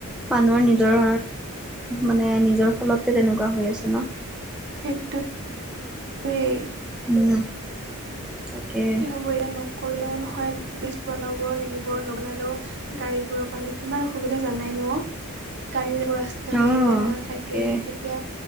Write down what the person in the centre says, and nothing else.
মানুহৰ নিজৰ মানে নিজৰ ফলত তেনেকুৱা হৈ আছে ন'?
উম। তাকে
অ
তাকে